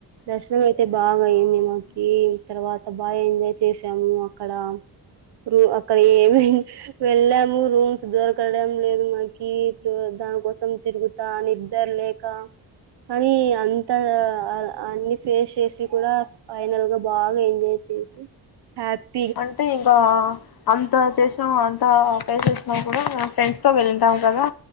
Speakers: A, on the right; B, on the left.
A: దర్శనం అయితే బాగా
B: అవును
A: అయ్యంది మాకి తర్వాత బాగా ఎంజాయ్ చేసాము అక్కడ రూ అక్కడ ఏమి వెళ్ళాము రూమ్స్ దొరకడం లేదు మాకి దాని కోసం తిరుగుతా నిద్దరు లేక కానీ అంతా అన్ని ఫేస్ చేసి కూడా ఫైనల్ గా బాగా ఎంజాయ్ చేసి హ్యాపీ
B: అంటే ఇంకా అంత చేసినాం అంత పే చేసినా కూడా ఫ్రెండ్స్ తో వెళంటాం కదా